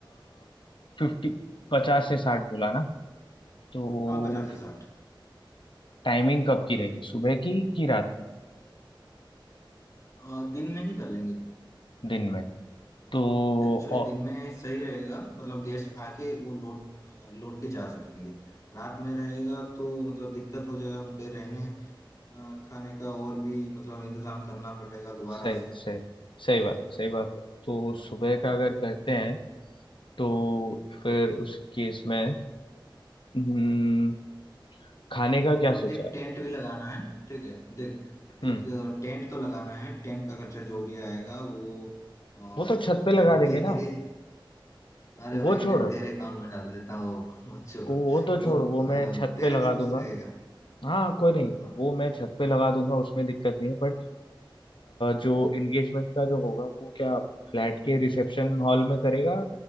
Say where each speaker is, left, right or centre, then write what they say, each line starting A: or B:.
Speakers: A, on the left; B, on the left.
A: फिफ्टी पचास से साठ बोला ना तो
B: हाँ पचास से साठ
A: टाइमिंग कब की रहेगी सुबह की कि रात की
B: अ, दिन में ही कर लेंगे
A: दिन में तो
B: एक्चुअली
A: ओ,
B: दिन में सही रहेगा मतलब गेस्ट आके वो लोड अ, लोड के जा सकेंगे रात में रहेगा तो मतलब दिक्कत हो जाएगा उनके रहने अ, खाने का और भी मतलब इंतजाम करना पड़ेगा दोबारा
A: सही
B: से
A: सही सही बात है सही बात है तो सुबह का अगर करते हैं तो फिर उस केस में हम्म, खाने का
B: मतलब
A: क्या सोचा
B: एक
A: है
B: टेंट भी लगाना है ठीक है देख
A: हम्म,
B: एक टेंट तो लगाना है टेंट का खर्चा जो भी आएगा वो अ,
A: वो तो छत पे
B: मैं
A: लगा
B: तेरे
A: देंगे ना
B: अरे भाई
A: वो
B: मैं
A: छोड़
B: तेरे अकाउंट में डाल देता हूँ वो <laughs> छोड़
A: को- वो तो
B: वो
A: छोड़
B: अ,
A: वो मैं छत
B: तेरे
A: पे लगा
B: तरफ
A: दूंगा
B: से रहेगा
A: हाँ कोई नहीं
B: हाँ
A: वो मैं छत पे लगा दूंगा उसमें दिक्कत नहीं है बट
B: हाँ
A: जो एंगेजमेंट का जो होगा वो क्या फ्लैट के रिसेप्शन हॉल में करेगा